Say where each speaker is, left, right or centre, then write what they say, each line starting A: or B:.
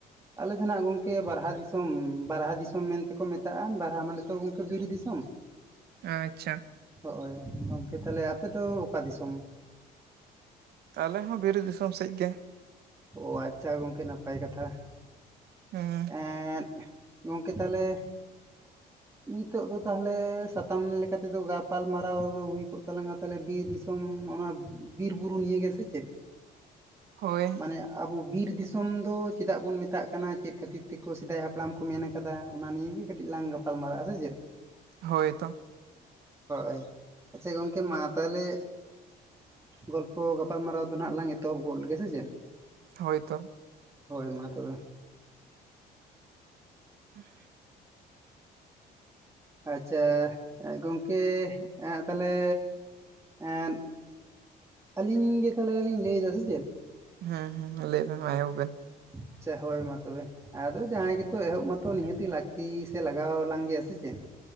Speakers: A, on the right; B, on the right.
A: ᱟᱞᱮ ᱫᱚ ᱱᱟᱜ ᱜᱚᱢᱠᱮ ᱵᱟᱨᱦᱟ ᱫᱤᱥᱚᱢ ᱵᱟᱨᱦᱟ ᱫᱤᱥᱚᱢ ᱢᱮᱱᱛᱮ ᱠᱚ ᱢᱮᱛᱟᱜᱼᱟ ᱵᱟᱨᱦᱟ ᱢᱟᱱᱮᱛᱚ ᱜᱚᱢᱠᱮ ᱵᱤᱨ ᱫᱤᱥᱚᱢ᱾
B: ᱟᱪᱪᱷᱟ,
A: ᱦᱚᱼᱭ ᱜᱚᱢᱠᱮ ᱛᱟᱦᱚᱞᱮ ᱟᱯᱮ ᱫᱚ ᱚᱠᱟ ᱫᱤᱥᱚᱢ?
B: ᱟᱞᱮ ᱦᱚᱸ ᱵᱤᱨ ᱫᱤᱥᱚᱢ ᱥᱮᱫ ᱜᱮ᱾
A: ᱚᱻ ᱟᱪᱪᱷᱟ ᱜᱚᱢᱠᱮ ᱱᱟᱯᱟᱭ ᱠᱟᱛᱷᱟ ᱾
B: ᱦᱩᱸ
A: ᱮᱸ-ᱫ ᱜᱚᱢᱠᱮ ᱛᱟᱦᱚᱞᱮᱼᱼ ᱱᱤᱛᱳᱜ ᱫᱚ ᱛᱟᱦᱚᱞᱮ ᱥᱟᱛᱟᱢ ᱞᱮᱠᱟ ᱛᱮᱫᱚ ᱜᱟᱯᱟᱞᱢᱟᱨᱟᱣ ᱦᱩᱭ ᱠᱚᱜ ᱛᱟᱞᱟᱝᱟ ᱛᱟᱦᱚᱞᱮ ᱵᱤᱨ ᱫᱤᱥᱚᱢ᱾ ᱛᱚᱢ ᱱᱚᱜ-ᱱᱚᱣᱟ ᱵᱤᱨ ᱵᱩᱨᱩ ᱱᱤᱭᱟᱹ ᱭᱮ ᱜᱮᱥᱮ ᱪᱮᱫ?
B: ᱦᱳᱭ,
A: ᱢᱟᱱᱮ ᱟᱵᱚ ᱵᱤᱨ ᱫᱤᱥᱚᱢ ᱫᱚ ᱪᱮᱫᱟᱜ ᱵᱚᱱ ᱢᱮᱛᱟᱜ ᱠᱟᱱᱟ ᱪᱮᱫ? ᱠᱷᱟᱹᱛᱤᱨ ᱛᱮ ᱠᱚ ᱥᱮᱫᱟᱭ ᱦᱟᱯᱲᱟᱢ ᱠᱚ ᱢᱮᱱ ᱠᱟᱫᱟ ᱚᱱᱟ ᱱᱤᱭᱟᱹ ᱜᱮ ᱠᱟᱹᱴᱤᱡ ᱞᱟᱝ ᱜᱟᱯᱟᱞ ᱢᱟᱨᱟᱜᱼᱟ ᱥᱮ ᱪᱮᱫ?
B: ᱦᱳᱭ ᱛᱚ?
A: ᱦᱳ-ᱚᱭ, ᱟᱪᱪᱷᱟ, ᱜᱚᱢᱠᱮ ᱢᱟ ᱛᱟᱦᱚᱞᱮ ᱜᱚᱞᱯᱚ ᱜᱟᱯᱟᱞᱢᱟᱨᱟᱣ ᱫᱚ ᱱᱟᱦᱟᱜ ᱞᱟᱝ ᱮᱛᱚᱦᱚᱵ ᱜᱚᱫ ᱞᱮ ᱜᱮ ᱥᱮ ᱪᱮᱫ? <unintelligible>
B: ᱦᱳᱭ ᱛᱚ,
A: ᱦᱳᱭ ᱢᱟ ᱛᱚᱵᱮ,
B: <unintelligible>
A: ᱟᱪᱪᱷᱟ ᱜᱚᱢᱠᱮ ᱛᱟᱦᱚᱞᱮ ᱮᱫ, ᱟᱹᱞᱤᱧ ᱜᱮ ᱛᱟᱦᱚᱞᱮ ᱞᱤᱧ ᱞᱟᱹᱭ ᱮᱫᱟ ᱥᱮ ᱪᱮᱫ?
B: ᱦᱮᱸ ᱞᱟᱹᱭ ᱢᱟ ᱮᱦᱳᱵ ᱵᱤᱱ
A: ᱟᱪᱪᱷᱟ ᱦᱳᱭ ᱢᱟ ᱛᱚᱵᱮ ᱟᱫᱚ ᱡᱟᱦᱟᱸᱭ ᱜᱮᱛᱚ ᱮᱦᱚᱵ ᱱᱤᱦᱟᱹᱛᱤ ᱞᱟᱹᱠᱛᱤ, ᱥᱮ ᱞᱟᱜᱟᱣ ᱟᱞᱟᱝ ᱜᱮᱭᱟ ᱥᱮ ᱪᱮᱫ?